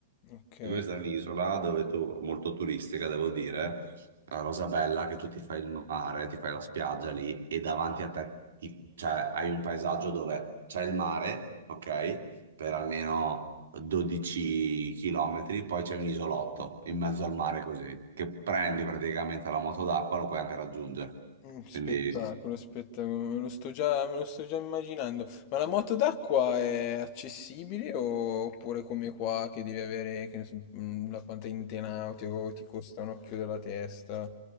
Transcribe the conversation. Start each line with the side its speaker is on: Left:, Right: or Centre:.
Left: Ok.
Right: E questa è un'isola dove tu, molto turistica, devo dire. La cosa bella è che tu ti fai il mare, ti fai la spiaggia lì e davanti a te ti- cioè, hai un paesaggio dove c'è il mare, ok? Per almeno 12 km, poi c'è un isolotto in mezzo al mare così, che prendi praticamente la moto d'acqua, lo puoi anche raggiungere.
Left: Mm, Spettacolo,
Right: Quindi,
Left: spettacolo, me lo sto già, me lo sto già immaginando. Ma la moto d'acqua è accessibile o- oppure come qua che devi avere, che ne so, mm, la quanta intenauti o ti costa un occhio della testa?